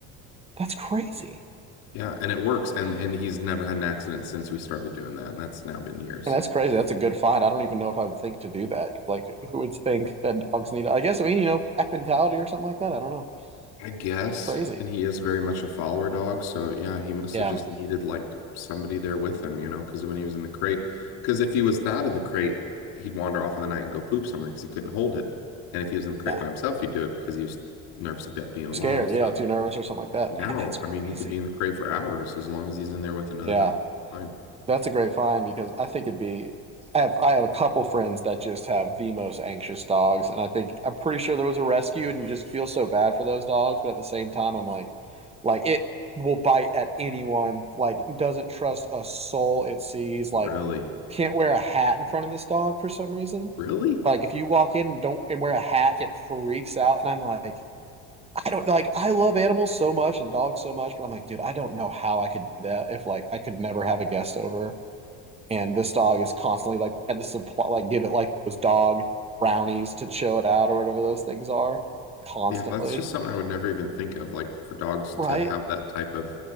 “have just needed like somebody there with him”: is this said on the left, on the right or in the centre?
Left